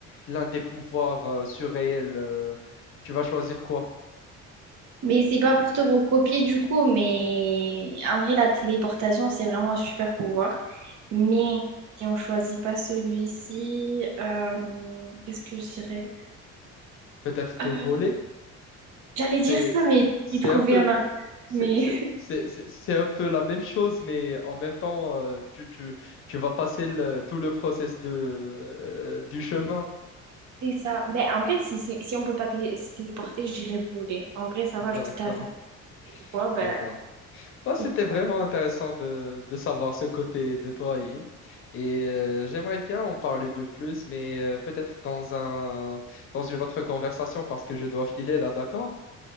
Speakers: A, on the left; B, on the right.
A: l'un des pouvoirs euh, surréels, euh, tu vas choisir quoi?
B: Mais c'est pas pour te recopier du coup, mais en vrai, la téléportation, c'est vraiment un super pouvoir. Mais si on choisit pas celui-ci, euh, qu'est-ce que je dirais?
A: Peut-être te
B: Euh,
A: voler?
B: j'allais dire
A: C'est,
B: ça, mais
A: c'est
B: j'ai trouvé
A: un peu,
B: un autre.
A: c'est,
B: Mais
A: c'est, c'est, c'est c'est un peu la même chose, mais en même temps, euh, tu, tu, tu vas passer le- tout le process de, euh, du chemin.
B: <laughs> c'est ça. Ben, en vrai, si, si, si on peut pas télé- se téléporter, je dirais voler. En vrai, ça va, genre,
A: D'accord,
B: si t'as la fin du quoi, ben,
A: d'accord. Bah, c'était
B: je fais
A: vraiment
B: ça.
A: intéressant de, de savoir ce côté de toi, Ian. Et euh, j'aimerais bien en parler de plus, mais euh, peut-être dans un, dans une autre conversation parce que je dois filer là, d'accord?